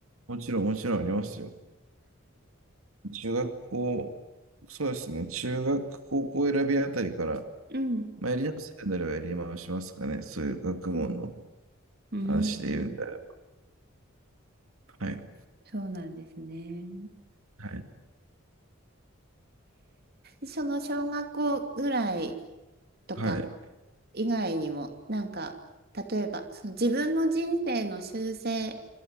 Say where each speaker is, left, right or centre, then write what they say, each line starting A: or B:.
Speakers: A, on the right; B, on the right.
A: もちろん、もちろんありますよ。中学校、そうですね、中学、高校選びあたりから、
B: うん。
A: まあ、やり直せるならばやり直しますかね、そういう学問の
B: うん。
A: 話で言うんであれば。はい。
B: そうなんですね。
A: はい。
B: その小学校ぐらいとか
A: はい。
B: 以外にも、なんか、例えば、その自分の人生の修正